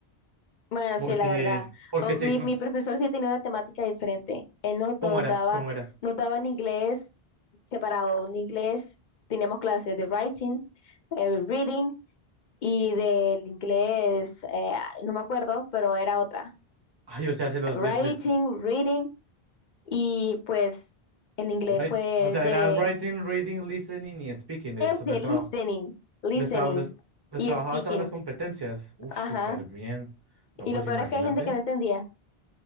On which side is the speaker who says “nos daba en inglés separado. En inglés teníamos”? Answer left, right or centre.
Left